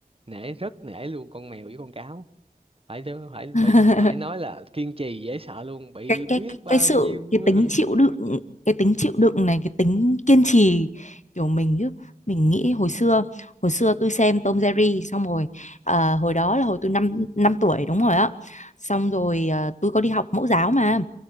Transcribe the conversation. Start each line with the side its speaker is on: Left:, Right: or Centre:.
Right: nể rất nể luôn con mèo với con cáo phải phải
Left: <laughs>
Right: phải phải nói là kiên trì dễ sợ luôn bị
Left: cái
Right: biết
Left: cái cái
Right: bao
Left: cái sự
Right: nhiêu
Left: cái tính
Right: <laughs>
Left: chịu đựng cái tính chịu đựng này cái tính kiên trì kiểu mình chứ mình nghĩ hồi xưa hồi xưa tôi xem Tom Jerry xong rồi à, hồi đó là hồi tôi năm năm tuổi đúng rồi á xong rồi à, tôi có đi học mẫu giáo mà